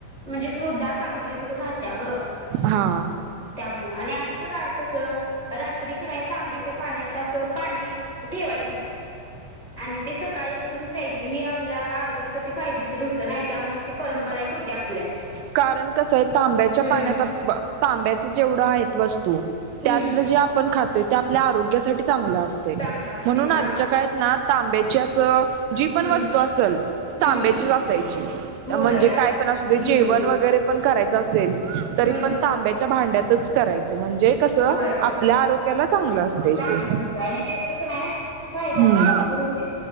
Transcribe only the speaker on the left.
म्हणजे मृदा चांगली राहत्या ग.
आणि आधीच्या काळात कस रात्री नाही तांब्याच्या आणि आधीच्या काळात कस रात्री कने तांब्याच्या पाण्यात अस पाणी ठेवायची त आणि ते सकाळी उठून प्यायचं हे आपल्या आरोग्यासाठी फायदेशीर होत नाही त्यामुळे ती परंपरा एक होती आपल्या
हम्म
हम्म
चांगला असते
हा
हम्म
हम्म
होय
आणि-
हम्म
हम्म
होय
चांगलं
होत आणि तेच कणी फायद
पण भरपूर होतीत